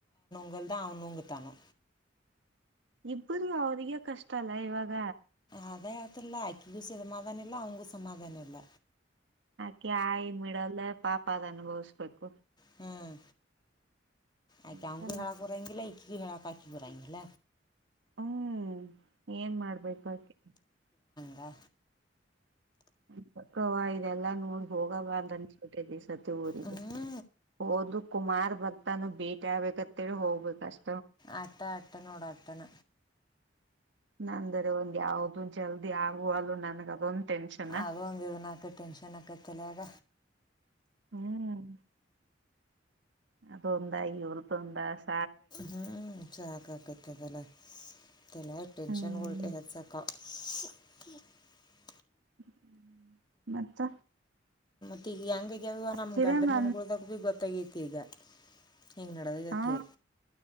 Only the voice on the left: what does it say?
ಉಗುಲ್ದಾ ಅವ್ನುಂಗ ತಾನು.
ಅದೇ ಆತಲ್ಲ ಆಕಿಗೂ ಸ್ ಸಮಾಧಾನ ಇಲ್ಲ ಅವ್ನ್ಗೂ ಸಮಾಧಾನ ಇಲ್ಲ.
ಹ್ಮ್ ಆಕಿ
ಅವುಂಗು ಹೇಳಕ್ ಬರಂಗಿಲ್ಲ ಈಕಿಗು ಹೇಳಕ್ ಪಾಕಿ ಬರಂಗಿಲ್ಲ.
ವಾ.
ಹ್ಞೂ
ಅತ್ತ ಅತ್ತ ನೋಡ್ ಅತನ.
ಅದೊಂದು ಇದುನ್ ಅಕ್ಕ ಟೆನ್ಶನಕ್ಕ ತಲ್ಯಾಗ.
ಹ್ಮ್ ಸಾಕ್ ಆಕತದಲ್ಲೆಲ್ಲ ತಲ್ಯಾಗ್ ಟೆನ್ಷನ್
ಒಳ್ ಹೆದ್ಸಕ. <unintelligible>
ತ್ತಿಗ್ ಹೆಂಗೈ ಯಲ್ವ ನಮ್
ಗಂಡನ ಮನೆಗೆ ಹೋದಾಗ್ಲಿ ಗೊತ್ತಾಗಿದ್ ಈಗ ಹಿಂಗ್ ನಡೆದಂತ
ಹೇಳಿ